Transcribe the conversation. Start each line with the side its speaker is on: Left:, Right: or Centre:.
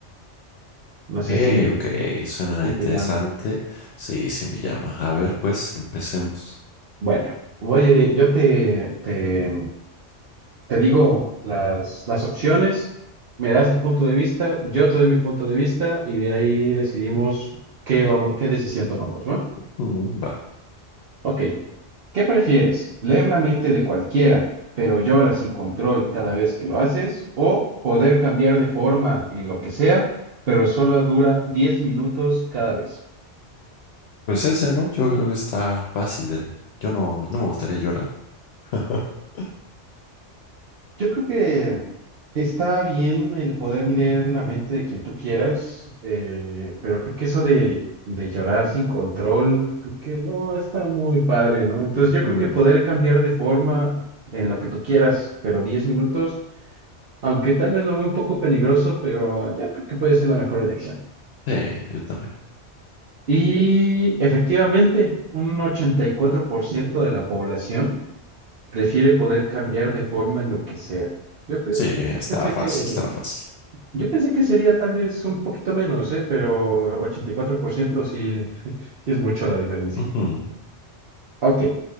Right: No
Left: Ok,
Right: sé si,
Left: ok, suena
Right: si
Left: interesante.
Right: te llaman.
Left: Sí, sí me llama. A ver, pues empecemos.
Right: Bueno, voy, eh, yo te, te, te digo las, las opciones, me das tu punto de vista, yo te doy mi punto de vista y de ahí decidimos qué vamos, qué decisión tomamos, ¿no?
Left: Mm, va.
Right: Ok, ¿qué prefieres? ¿Leer la mente de cualquiera, pero llora sin control cada vez que lo haces? ¿O poder cambiar de forma en lo que sea, pero solo dura 10 minutos cada vez?
Left: Pues ese, ¿no? Yo creo que está fácil. eh. Yo no, no me gustaría llorar. <laughs>
Right: Yo creo que está bien el poder leer la mente de quien tú quieras, eh, pero creo que eso de, de llorar sin control, creo que no está muy padre, ¿no? Entonces yo creo
Left: Mm,
Right: que poder cambiar de forma en lo que tú quieras, pero 10 minutos, aunque tal vez lo veo un poco peligroso, pero yo creo que puede ser la mejor elección.
Left: Sí, yo también.
Right: Y efectivamente, un 84% de la población prefiere poder cambiar de forma en lo que sea. Yo, creo,
Left: Sí, está
Right: yo pensé
Left: fácil,
Right: que
Left: está fácil.
Right: Yo pensé que sería tal vez un poquito menos, ¿eh? Pero 84% sí, <laughs> sí es mucho la diferencia.
Left: Ujú.
Right: Ok,